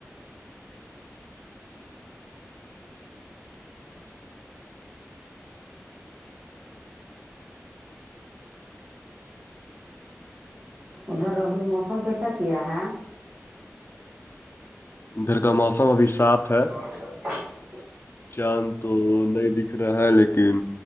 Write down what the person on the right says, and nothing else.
ادھر ابھی موسم کیسا کیا ہے
اچ سر <unintelligible>